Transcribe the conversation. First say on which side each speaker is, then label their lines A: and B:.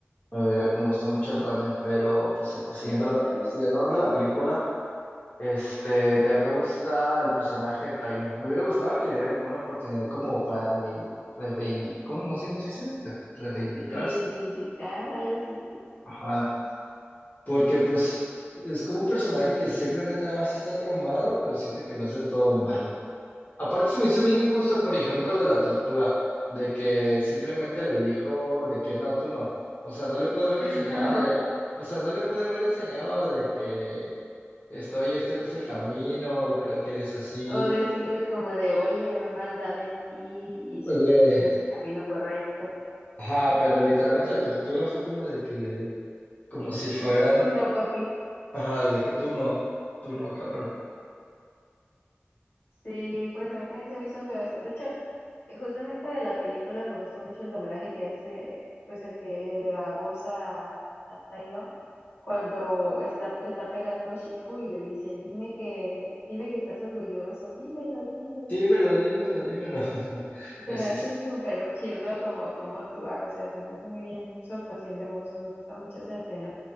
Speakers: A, on the left; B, on the left.
A: eh, me gusta mucho el ramen. Pero pues eh, siguiendo,
B: Sí,
A: la-
B: también.
A: siguiendo hablando de la película, este, también me gusta el personaje de Tyler. Me hubiera gustado que le dieran como una oportunidad como para reivindicar. ¿cómo? No sé cómo se dice. Re- Reivindicarse.
B: Reivindicar, algo así se dice.
A: Ajá. Porque pues es como un personaje que simplemente nada más está traumado, pero siente que no es del todo malo. Aparte se me hizo bien injusto, por ejemplo, de la tortuga, de que simplemente le dijo de que no, tú no. O sea, no le pude haber enseñado
B: <laughs>
A: de, o sea, no le pude haber enseñado de que estoy, este no es el camino, creo que eres así.
B: O decirle como de, oye, veo maldad en ti y
A: Oye,
B: siento que ese no es el camino correcto.
A: ajá, pero literalmente la tortuga fue como de que, como si
B: <laughs>
A: fuera,
B: Tú no, papi.
A: ajá, de que tú no, tú no, cabrón.
B: Sí, pues a mí también se me hizo feo eso. De hecho, eh, justamente de la película me gusta mucho el doblaje que hace, pues el que le da voz a, a Tai Lung cuando es la- le está pegando Shifu y le dice, dime que, dime que estás orgulloso, dímelo, dímelo.
A: Dímelo, dímelo, dímelo. <laughs> Es
B: Se me
A: eso.
B: hace súper chido como, como actuar, o sea, se me hace muy bien su actuación de voz, me gusta mucho esa escena.